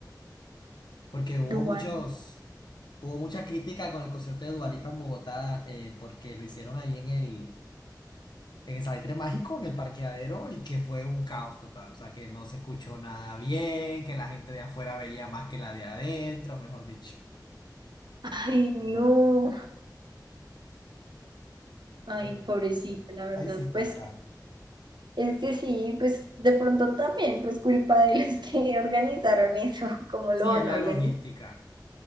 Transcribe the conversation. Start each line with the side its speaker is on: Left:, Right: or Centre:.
Left: Porque hubo
Right: Dual.
Left: muchos. Hubo mucha crítica con el concierto de Dua Lipa en Bogotá eh, porque lo hicieron ahí en el, en el Salitre Mágico, en el parqueadero, y que fue un caos total. O sea, que no se escuchó nada bien, que la gente de afuera veía más que la de adentro, mejor dicho.
Right: Ay, no,
Left: Una locura,
Right: ay,
Left: Pero
Right: pobrecita,
Left: no, no fue.
Right: la verdad.
Left: Ahí sí, total.
Right: Pues es que sí, pues de pronto también, pues culpa de los que <laughs> organizaron eso, ¿cómo
Left: Sí,
Right: lo van
Left: es la
Right: a organizar?
Left: logística.